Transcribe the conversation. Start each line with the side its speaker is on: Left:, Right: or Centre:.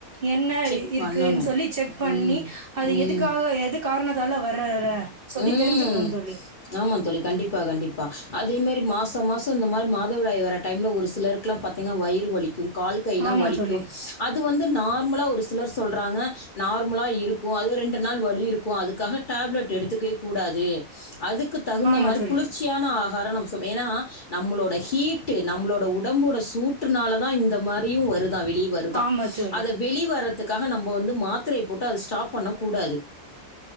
Right: என்ன
Left: செக்
Right: இருக்குன்னு
Left: பண்ணணும்.
Right: சொல்லி செக் பண்ணி
Left: ம்.
Right: அது
Left: ம்.
Right: எதுக்காக எது காரணத்தால வர்றர சொல்லி
Left: ம்.
Right: தெரிஞ்சுக்கனு தோழி
Left: ஆமா தோழி கண்டிப்பா கண்டிப்பா அதே மாரி மாசோ மாசோ இந்த மாரி மாதவிடாய் வர டைம்ல ஒரு சிலருக்ல்லா பாத்தீங்கன்னா வயிறு வலிக்கு கால் கைல்லா
Right: ஆமா
Left: வலிக்கு
Right: தோழி
Left: அது வந்து நார் கும்பலா ஒரு சிலர் சொல்றாங்க நார்மலா இருக்கு அது ரெண்டு நாள் வலி இருக்கு அதுக்காக டேப்லெட் எடுத்துக்கவே கூடாது அதுக்கு தகுந்த
Right: ஆமா
Left: மாரி
Right: தோழி
Left: குளிர்ச்சியான ஆகாரம் நம்ம சாப்டணு ஏனா நம்மளோட ஹீட்டு நம்மளோட உடம்போட சூட்டுனால தா இந்த மாரியு வருதா வெளிய வரு தா
Right: ஆமா தோழி
Left: அத வெளி வர்றதுக்காக நம்ம வந்து மாத்திரைய போட்டு அது ஸ்டாப் பண்ண கூடாது